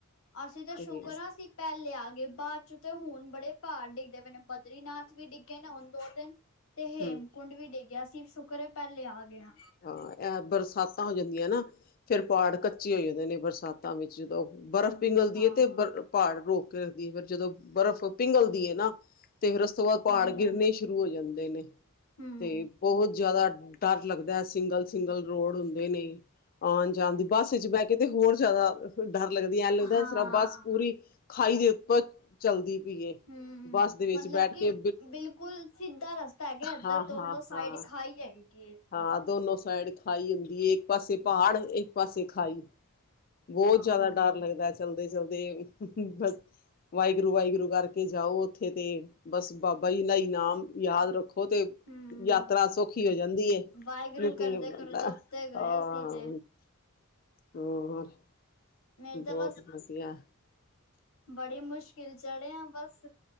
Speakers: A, on the left (about 65°); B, on the left (about 40°).
A: ਅਸੀਂ ਤਾਂ ਸ਼ੁਕਰ
B: ਤੇ
A: ਹਾਂ ਅਸੀਂ ਪਹਿਲੇ ਆ ਗਏ ਬਾਅਦ ਚ ਤੇ ਹੁਣ ਬੜੇ ਪਹਾੜ ਡਿੱਗਦੇ ਪਏ ਨੇ ਬਦਰੀ ਨਾਥ ਵੀ ਡਿੱਗੇ ਨੇ ਹੁਣ ਦੋ ਦਿਨ, ਤੇ ਹੇਮਕੁੰਡ
B: ਹੂੰ।
A: ਵੀ ਡਿੱਗਿਆ ਸੀ ਸ਼ੁਕਰ ਐ, ਪਹਿਲੇ ਆਗੇ ਆਂ।
B: ਹਾਂ, ਇਹ ਬਰਸਾਤਾਂ ਹੋ ਜਾਂਦੀਆਂ ਨਾ, ਫੇਰ ਪਾਹਾੜ ਕੱਚੇ ਹੋ ਜਾਂਦੇ ਨੇ ਬਰਸਾ ਸਾਤਾਂ ਵਿੱਚ, ਜਦੋਂ ਬਰਫ਼ ਪਿੰਗਲਦੀ
A: ਹਾਂ।
B: ਏ, ਤੇ ਬਰ ਪਹਾੜ ਰੋਕ ਕੇ ਰੱਖਦੀ ਏ, ਫਿਰ ਜਦੋਂ ਬਰਫ਼ ਪਿੰਘਲਦੀ ਏ ਨਾ, ਤੇ ਫਿਰ ਉਸ ਤੋਂ ਬਾਅਦ
A: ਹਾਂਜੀ
B: ਪਹਾੜ
A: ਹਾਂਜੀ
B: ਗਿਰਨੇ ਸ਼ੁਰੂ ਹੋ ਜਾਂਦੇ ਨੇ।
A: ਹੂੰ
B: ਤੇ ਬਹੁਤ ਜ਼ਿਆਦਾ ਡਰ ਲੱਗਦੈ, ਸਿੰਗਲ-ਸਿੰਗਲ ਰੋਡ ਹੁੰਦੇ ਨੇ। ਆਣ-ਜਾਣ ਦੀ, ਬੱਸ ਵਿੱਚ ਬਹਿਕੇ ਤੇ ਹੋਰ ਜ਼ਿਆਦਾ ਡਰ ਲੱਗਦੀ ਏ, ਐਂ ਲੱਗਦਾ
A: ਹਾਂ।
B: ਇਸਰਾ ਬੱਸ ਪੂਰੀ ਖਾਈ ਦੇ ਉੱਪਰ ਚਲਦੀ ਪਈਏ
A: ਹੂੰ,
B: ਬੱਸ ਦੇ ਵਿੱਚ
A: ਮਤਲਬ
B: ਬੈਠ
A: ਕਿ
B: ਕੇ
A: ਬਿਲਕੁਲ ਸਿੱਧਾ ਰਸਤਾ ਹੈਗਾ, ਇੱਧਰ।
B: ਹਾਂ
A: ਦੋਨੋ
B: ਹਾਂ ਹਾਂ
A: ਸਾਈਡ ਖਾਈ ਹੈਗੀ ਏ।
B: ਹਾਂ, ਦੋਨੋ ਸਾਈਡ ਖਾਈ ਹੁੰਦੀ ਏ, ਇੱਕ ਪਾਸੇ ਪਹਾੜ ਇੱਕ ਪਾਸੇ ਖਾਈ। ਬਹੁਤ
A: ਹਾਂ।
B: ਜ਼ਿਆਦਾ ਡਰ ਲੱਗਦੈ। ਚਲਦੇ-ਚਲਦੇ, ਬਸ ਵਾਹਿਗੁਰੂ-ਵਾਹਿਗੁਰੂ ਕਰਕੇ ਜਾਓ। ਉੱਥੇ ਤੇ, ਬਸ ਬਾਬਾ ਜੀ ਦਾ ਇਨਾਮ ਯਾਦ ਰੱਖੋ, ਤੇ
A: ਹੂੰ,
B: ਯਾਤਰਾ, ਸੌਖੀ ਹੋ ਜਾਂਦੀ ਏ।
A: ਵਾਹਿਗੁਰੂ
B: ਨਹੀਂ
A: ਕਰਦੇ-ਕਰਦੇ,
B: ਤੇ ਬੰਦਾ
A: ਉੱਤੇ ਗਏ
B: ਹਾਂ
A: ਅਸੀ ਤੇ।
B: ਹੋਰ,
A: ਮੇਰੇ
B: ਬਹੁਤ
A: ਤਾਂ ਬਸ
B: ਵਧੀਆ।
A: ਬੜੀ ਮੁਸ਼ਕਿਲ ਚੜੇ ਆਂ ਬਸ,